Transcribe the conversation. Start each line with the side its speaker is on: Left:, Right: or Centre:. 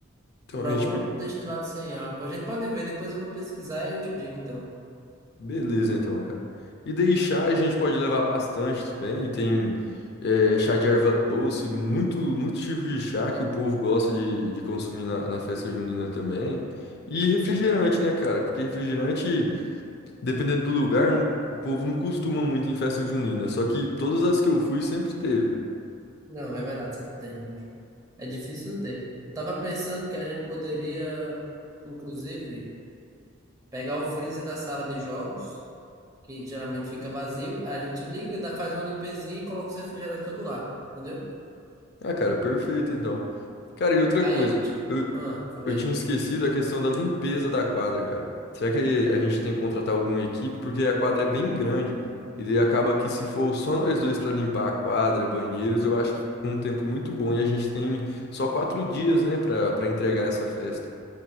Left: Então
Right: por
Left: a
Right: algum
Left: gente.
Right: outro destilado sem álcool. A gente pode ver, depois eu vou pesquisar e eu te digo, então.
Left: Beleza, então, cara. E daí chá a gente pode levar bastante também. Tem eh, chá de erva doce, muito, muito tipo de chá que o povo gosta de, de consumir na, na festa junina também. E refrigerante, né, cara? Porque refrigerante, dependendo do lugar, não- o povo não costuma muito em festa junina. Só que todas as que eu fui sempre teve.
Right: Não, é verdade, sempre tem. Não- É difícil não ter. Eu tava pensando que a gente poderia, inclusive, pegar o freezer da sala de jogos, que geralmente fica vazio, a gente liga, dá, faz uma limpezinha e coloca o refrigerantes todo lá, entendeu?
Left: Ah, cara, perfeito então. Cara, e outra
Right: Aí,
Left: coisa,
Right: tipo,
Left: eu,
Right: ah, falei.
Left: eu tinha esquecido a questão da limpeza da quadra, cara. Será que a gente tem que contratar alguma equipe? Porque a quadra é bem grande e daí acaba que se for só nós dois pra limpar a quadra, banheiros, eu acho que é um tempo muito bom e a gente tem só quatro dias, né, pra para entregar essa festa.